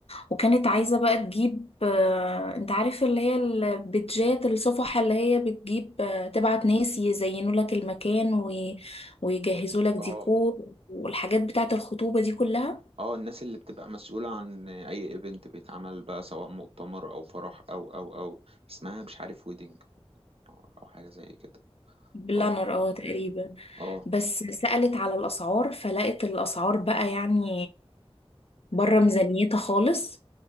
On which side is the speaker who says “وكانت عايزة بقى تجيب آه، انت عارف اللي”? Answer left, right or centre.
Left